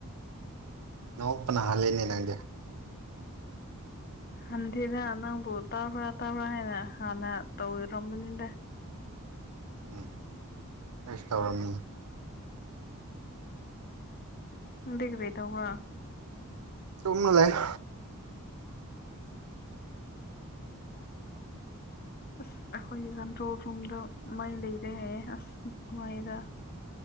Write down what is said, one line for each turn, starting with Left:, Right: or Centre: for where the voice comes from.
Right: ꯅ ꯑꯣꯄꯅꯥ ꯍꯜꯂꯅꯦ ꯅꯪꯒ
Left: ꯍꯗꯤ ꯂꯅ ꯣ ꯇꯥꯕ꯭ꯔ ꯇꯥꯕ꯭ꯔ ꯍꯅ ꯇꯧꯔꯃꯅꯤ
Right: ꯎꯝ ꯀꯁ ꯇꯧꯔꯝꯃꯤ
Left: ꯗꯔꯦ ꯇ ꯍ
Right: ꯆꯣꯡꯅ ꯂꯩꯦ
Left: ꯑꯁ ꯑꯩꯈꯣꯏꯒꯤ ꯀꯟꯇ꯭ꯔꯣꯜ ꯔꯨꯝꯗ ꯃꯥꯏ ꯂꯩꯔꯦ ꯍꯥꯏꯌꯦ ꯑꯁ ꯅꯨꯡꯉꯥꯏꯗ